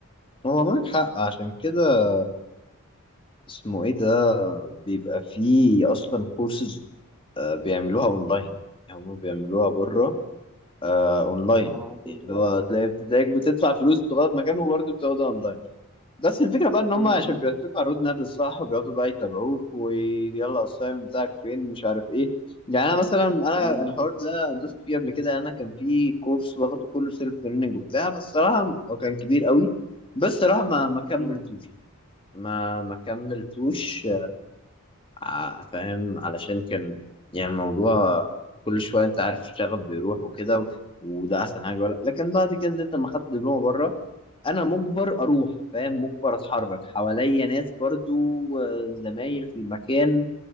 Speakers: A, on the left (about 25°); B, in the centre.
A: هو معاك حق عشان كده اسمه ايه ده بيبقى فيه اصلا كورسز بيعملوها اونلاين يعني هم بيعملوها بره اونلاين
B: اه بالظبط
A: اللي هو تلاقي زيك بتدفع فلوس
B: م-
A: بتقعد في مكان وبرضه بتقعدها اونلاين بس الفكرة بقى إن هم
B: م- م-
A: عشان بيعطوك الرود ماب الصح وبيقعدوا بقى يتابعوك ويلا السايم بتاعك فين مش عارف إيه يعني أنا مثلا أنا
B: م-
A: الحوار ده دوست فيه قبل كده أنا كان في كورس واخده كله سيلف ليرنينج وبتاع بس صراحة هو كان كبير قوي بس صراحة ما ما كملتوش
B: م-
A: يعني. ما ما كملتوش ع- فاهم علشان كان يعني الموضوع كل شوية أنت عارف الشغف بيروح وكده و- وده أحسن حاجة ولا لكن بعد كده نزلت لما خدت دبلومة بره انا مجبر اروح فاهم مجبر اتحرك حواليا ناس برضو آه، زمايل في المكان